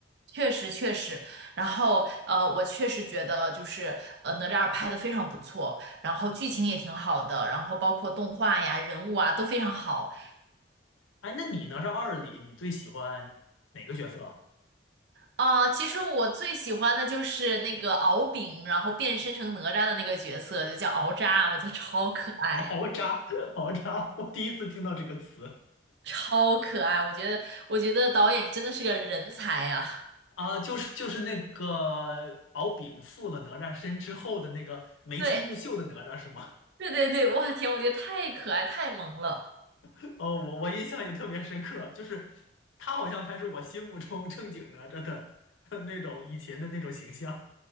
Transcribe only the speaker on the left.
哎，那你哪吒二里，你最喜欢哪个角色？
<laughs> 敖吒，敖吒，我第一次听到这个词
啊，就是就是那个敖丙附了哪吒身之后的那个眉清目秀的哪吒是吗？
<laughs> 哦，我我印象也特别深刻，就是他好像才是我心目中正经哪吒的 <laughs> 那种以前的那种形象。